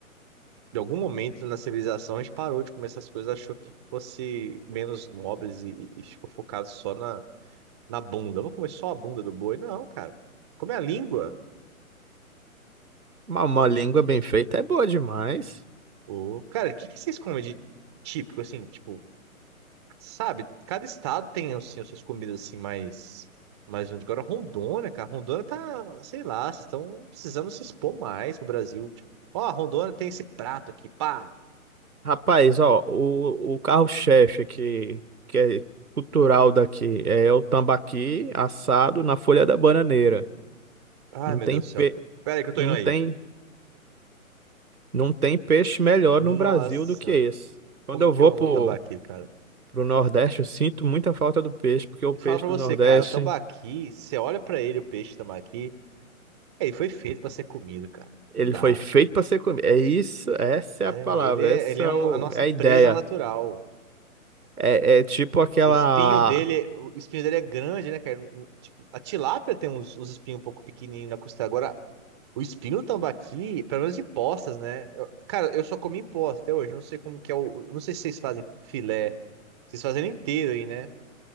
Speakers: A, on the right (about 20°); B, on the right (about 85°).
A: de algum momento na civilização, a gente parou de comer essas coisas, achou que fosse menos nobres e, e ficou focado só na, na bunda. Eu vou comer só a bunda do boi? Não, cara. Comer a língua.
B: Uma, uma língua bem feita é boa demais.
A: Ô, Cara, o que, que vocês comem de típico, assim, tipo. Sabe, cada estado tem assim, as suas comidas assim mais mais junto. Agora Rondônia, cara, Rondônia tá, sei lá, vocês estão precisando se expor mais pro Brasil. Tipo, ó, Rondônia tem esse prato aqui, pá.
B: Rapaz, ó, o, o carro-chefe que, que é cultural daqui é o tambaqui assado na folha da bananeira.
A: Ai,
B: Não
A: meu
B: tem,
A: Deus do céu.
B: pe...
A: Pera aí que eu tô
B: não
A: indo aí.
B: tem, não tem peixe melhor
A: Nossa,
B: no Brasil do que esse.
A: velho.
B: Quando
A: como
B: eu
A: que
B: vou
A: eu amo
B: pro,
A: tambaqui, cara?
B: pro Nordeste, eu sinto muita falta do peixe, porque o
A: E
B: peixe
A: fala pra
B: do
A: você,
B: Nordeste.
A: cara, o tambaqui, você olha pra ele, o peixe tambaqui, é, ele foi feito pra ser comido, cara.
B: Ele
A: Não dá.
B: foi feito para ser comido. É isso, essa
A: É,
B: é a palavra,
A: ele é,
B: essa
A: ele é
B: é,
A: um-
B: o-
A: a nossa
B: é a
A: presa
B: ideia.
A: natural.
B: É, é tipo aquela.
A: O espinho dele, o espinho dele é grande, né, cara? Um- Tipo, a tilápia tem uns, os espinhos um pouco pequenininhos na costela. Agora, o espinho do tambaqui, pelo menos de postas, né? Eu- cara, eu só comi em posta até hoje. Não sei como que é o. Não sei se vocês fazem filé. Vocês fazem ele inteiro aí, né?